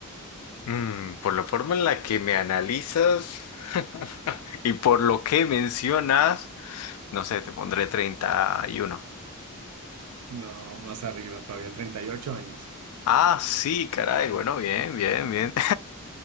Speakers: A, on the left; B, on the right.
A: Mm, por la forma en la que me analizas <laughs> y por lo que mencionas, no sé, te pondré 31.
B: No, más arriba, todavía treinta y ocho años.
A: Ah, sí, caray, bueno, bien, bien, bien. <laughs>